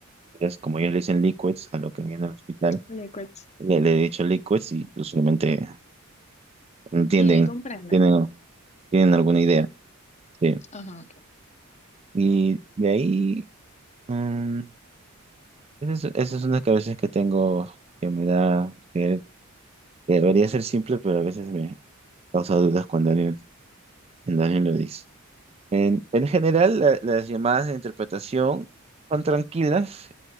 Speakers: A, on the right (about 30°); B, on the left (about 30°).
A: es como ellos le dicen liquids a lo que viene al hospital,
B: Liquids.
A: le, le he dicho liquids y usualmente entienden,
B: Y él comprende.
A: tienen, tienen alguna idea. sí.
B: Ajá.
A: Y de ahí, mm, esa es, esa es una que a veces que tengo que me da, que, que debería ser simple, pero a veces me causa dudas cuando alguien, cuando alguien lo dice. En, en general, la- las llamadas de interpretación son tranquilas